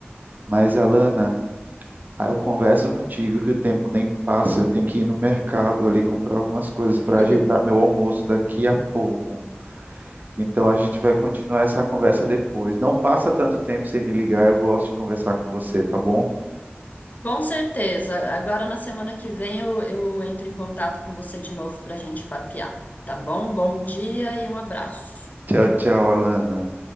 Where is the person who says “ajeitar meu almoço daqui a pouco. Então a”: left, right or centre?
Right